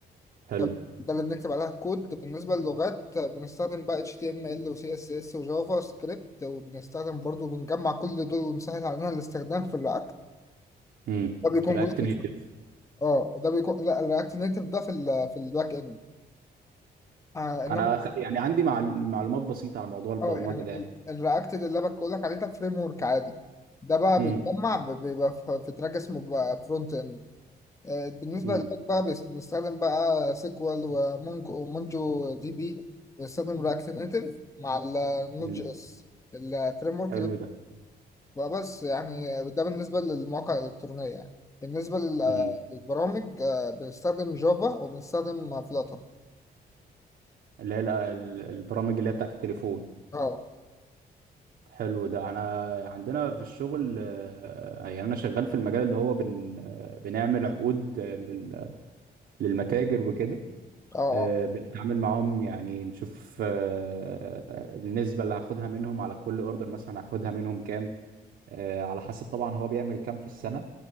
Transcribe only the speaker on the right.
حلو
امم
رياكت
نيتف
أنا أخ- يعني عندي مع- معلومات بسيطة على موضوع البرمجة
ده يعني
امم
امم
أمم.
حلو
ده
اللي هي ال- ال- البرامج اللي هي بتاعت التليفون
حلو ده انا عندنا في الشغل آه، يعني انا شغال في المجال اللي هو بن آه، بنعمل عقود آه، لل- للمتاجر وكده
آه،
بنتعامل معاهم يعني نشوف آه، آه، النسبة اللي هاخدها منهم على كل اوردر مثلا هاخدها منهم كام آه، على حسب طبعا هو بيعمل كام في السنة